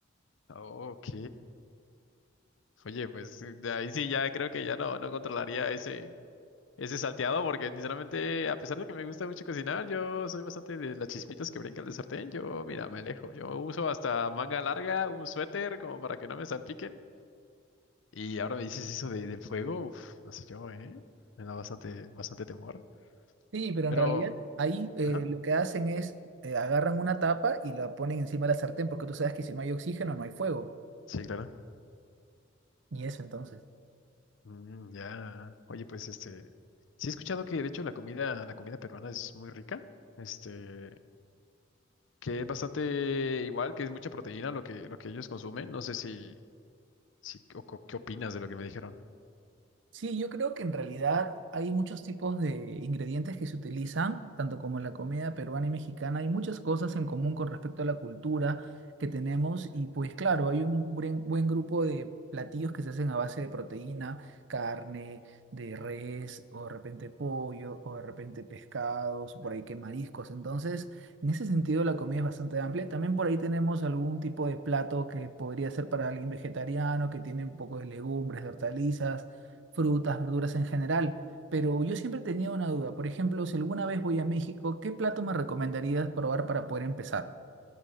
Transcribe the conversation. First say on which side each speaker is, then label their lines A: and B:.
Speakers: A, on the left (about 75°); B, on the right (about 65°).
A: Ok. Oye, pues eh, de ahí sí ya creo que ya no, no controlaría ese, ese salteado, porque sinceramente, a pesar de que me gusta mucho cocinar, yo soy bastante de las chispitas que brincan del sartén. Yo, mira, me alejo. Yo uso hasta manga larga, un suéter, como para que no me salpiquen. Y ahora me dices eso de, del fuego, uf, no sé yo, ¿eh? Me da bastante, bastante temor.
B: Sí, pero
A: Pero,
B: en realidad ahí eh,
A: ajá,
B: lo que hacen es eh, agarran una tapa y la ponen encima de la sartén porque tú sabes que si no hay oxígeno no hay fuego
A: sí, claro.
B: y eso entonces.
A: Mm, ya. Oye, pues este. Sí he escuchado que de hecho la comida, la comida peruana es muy rica. Este, que es bastante igual, que es mucha proteína lo que, lo que ellos consumen. No sé si, si o co- qué opinas de lo que me dijeron.
B: Sí, yo creo que en realidad hay muchos tipos de ingredientes que se utilizan, tanto como en la comida peruana y mexicana. Hay muchas cosas en común con respecto a la cultura que tenemos y pues claro, hay un buen, buen grupo de platillos que se hacen a base de proteína, carne, de res o de repente pollo o de repente pescados, por ahí que mariscos. Entonces, en ese sentido la comida es bastante amplia. También por ahí tenemos algún tipo de plato que podría ser para alguien vegetariano, que tiene un poco de legumbres, de hortalizas frutas, verduras en general. Pero yo siempre tenía una duda. Por ejemplo, si alguna vez voy a México, ¿qué plato me recomendarías probar para poder empezar?